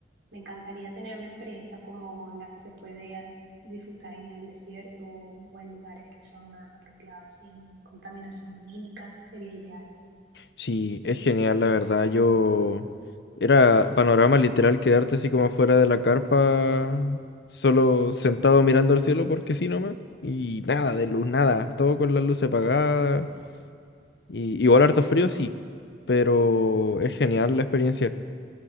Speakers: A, on the right (about 85°); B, on the left (about 65°).
A: me encantaría tener una experiencia como la que se puede disfrutar en el desierto o en lugares que son más apropiados sin contaminación lumínica, sería ideal.
B: Sí, es genial, la verdad. Yo era panorama literal quedarte así como fuera de la carpa, solo sentado mirando al cielo porque sí nomás. Y nada de luz, nada. Todo con las luces apagadas. Y igual harto frío, sí. Pero es genial la experiencia.